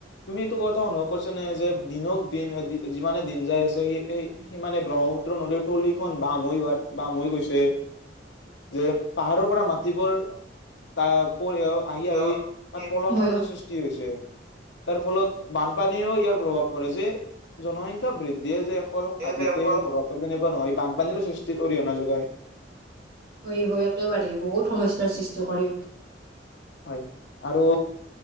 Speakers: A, on the left; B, on the right.
A: তুমি এইটো কথা অনুভৱ কৰিছা নে যে দিনক দিন যিমানে দিন যাই আছে সি সেই সিমানে ব্ৰহ্মপুত্ৰ নদীৰ তলিখন বাম হৈ যোৱাত বাম হৈ গৈছে যে পাহাৰৰ পৰা মাটি বোৰ টা ওপৰি আহি
B: হয়।
A: আহি তাত পলসৰ দৰে সৃষ্টি হৈছে তাৰ ফলত বানপানীও ইয়াৰ প্ৰভাৱ পৰে যে জনসংখ্যা বৃদ্ধিয়ে যে অকল
B: ইয়াৰ
A: হাবিতে
B: যে অকল
A: প্ৰভাৱ পৰে তেনে বানপানীৰো সৃষ্টিত অৰিহনা যোগায়
B: হয় হয় একেবাৰে বহুত সমস্যাৰ সৃষ্টি কৰে
A: হয় আৰু